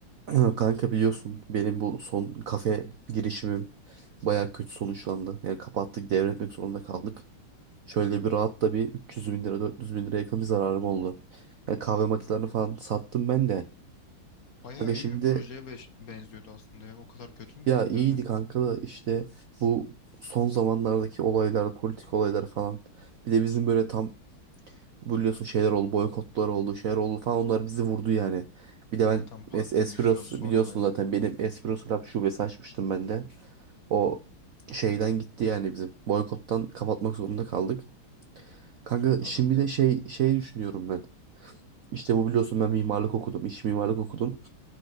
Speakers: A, on the right; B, on the left.
A: <clears throat> Kanka biliyorsun benim bu son kafe girişimim bayağı kötü sonuçlandı. Yani kapattık devretmek zorunda kaldık. Şöyle bir rahat da bir 300 bin lira 400 bin lira yakın bir zararım oldu. Yani kahve makinelerini falan sattım ben de.
B: Bayağı
A: Kanka şimdi
B: iyi bir projeye beş- benziyordu aslında ya. O kadar kötü mü
A: ya
B: ilerledi?
A: iyiydi kanka da işte bu son zamanlardaki olaylar politik olaylar falan. Bir de bizim böyle tam biliyorsun şeyler oldu boykotlar oldu şeyler oldu falan onlar bizi vurdu yani. Bir de ben
B: Zaten pandemi
A: Es Espresso
B: falan sormaya.
A: biliyorsun zaten benim Espresso Lab şubesi açmıştım ben de. O şeyden gitti yani bizim. Boykottan kapatmak zorunda kaldık. Kanka
B: Anladım
A: şimdi
B: ya.
A: de şey şey düşünüyorum ben. İşte bu biliyorsun ben mimarlık okudum, iç mimarlık okudum.